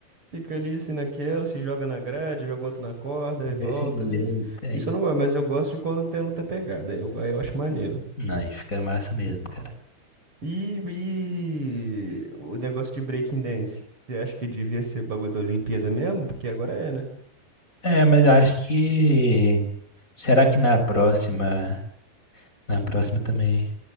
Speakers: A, on the right; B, on the left.
A: Fica ali assim naquela, se joga na grade, joga outro na corda e volta.
B: desse jeito
A: Isso,
B: aí.
A: isso eu não gosto, mas eu gosto de quando tem luta pegada. aí Eu, aí eu acho maneiro.
B: Não, aí fica massa mesmo, cara.
A: E, e o negócio de breaking dance? Você acha que devia ser bagulho da Olimpíada mesmo? Porque agora é, né?
B: É, mas eu acho que. Será que na próxima. Na próxima também